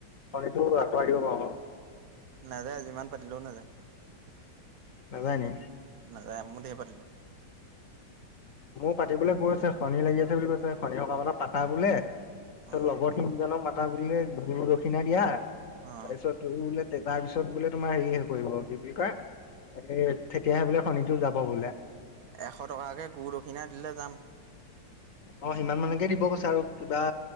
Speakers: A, on the left (about 60°); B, on the right (about 60°).
A: শনিটো আতৰাই দিব পাওঁ আৰু।
B: নাযায় যিমান পাতিলেও নাযায়,
A: নাজায় নি?
B: নাযায় মোৰ ধেৰ পাতিলোঁ। উ <unintelligible>
A: মোৰ পাতিবলে কৈছে শনি লাগি আছে বুলি কৈছে শনি সকাম এটা পাতা বোলে তাৰপিছত
B: অ',
A: লগৰ তিনজনক মাতা বোলে গুৰু দক্ষিণা দিয়া তাৰ
B: অ',
A: পিছত বোলে তে তাৰ পিছত বোলে তোমাৰ হেৰি হেৰি কৰিব কি বুলি কয় এ তেতিয়াহে বোলে শণিটো যাব বোলে।
B: এশ টকাকে গুৰু দক্ষিণা দিলে যাম।
A: অ', সিমান মানকে দিব কৈছে আৰু কিবা